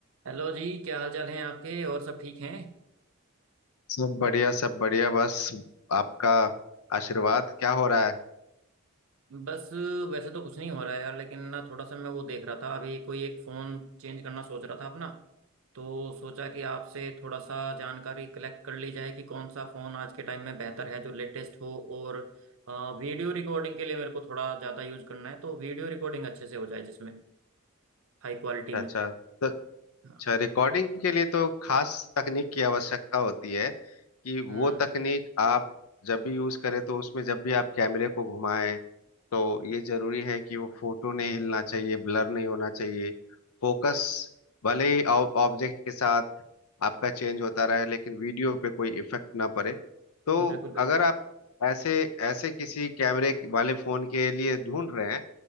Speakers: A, on the right; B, on the left.
A: Hello जी क्या हाल चाल हैं आपके और सब ठीक हैं
B: सब बढ़िया सब बढ़िया बस आपका आशीर्वाद क्या हो रहा है
A: बस वैसे तो कुछ नहीं हो रहा है यार लेकिन ना थोड़ा सा मैं वो देख रहा था अभी कोई एक फ़ोन चेंज करना सोच रहा था अपना तो सोचा कि आपसे थोड़ा सा जानकारी कलेक्ट कर ली जाए कि कौन सा फ़ोन आज के टाइम में बेहतर है जो लेटेस्ट हो और अ, वीडियो रिकॉर्डिंग के लिए मेरे को थोड़ा ज़्यादा यूज़ करना है तो वीडियो रिकॉर्डिंग अच्छे से हो जाए जिसमें हाई क्वालिटी में
B: अच्छा तो अच्छा
A: हाँ,
B: रिकॉर्डिंग के लिए तो खास तकनीक की आवश्यकता होती है कि वो
A: हम्म
B: तकनीक आप जब भी यूज करें तो उसमें जब भी आप कैमरे को घुमाएं तो ये जरूरी है कि वो फोटो नहीं हिलना चाहिए ब्लर नहीं होना चाहिए फोकस भले ही ऑब्जेक्ट के साथ आपका चेंज होता रहे लेकिन वीडियो पे कोई इफेक्ट ना पड़े तो
A: बिल्कुल
B: अगर
A: बिल्कुल
B: आप ऐसे ऐसे किसी कैमरे वाले फोन के लिए ढूंढ रहे हैं